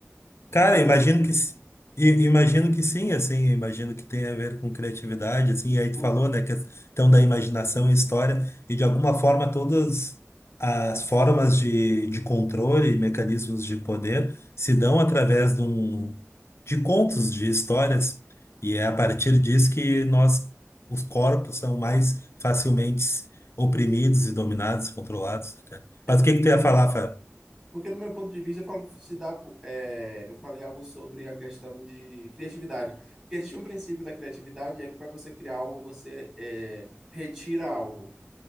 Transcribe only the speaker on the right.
Tem
uma teoria
de.
por-
é
por-
Porque, no meu ponto de vista, eu falo, se dá, é, eu falei algo sobre a questão de criatividade. Porque existe um princípio da criatividade, é que para você criar algo, você é, retira algo.